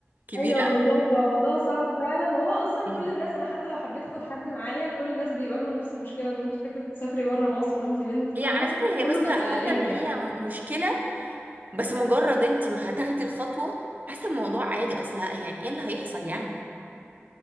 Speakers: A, on the right (about 40°); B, on the left (about 65°).
A: كبيره
B: ايوه بالظبط هو موضوع صعب فعلا هو اصلا
A: مم.
B: كل الناس انا حتى لو حبيت اخد حد معايا كل الناس بيواجهوا نفس المشكله ان انت فكره تسافري بره مصر وانت بنت فاهمه
A: هي على فكره هي
B: كله
A: بس
B: بيبقى
A: حاسه
B: قلقان
A: ان هي
B: يعني
A: م- مشكله بس مجرد انت ما هتاخدي الخطوه حاسه الموضوع عادي اصلا يعني ايه اللي هيحصل يعني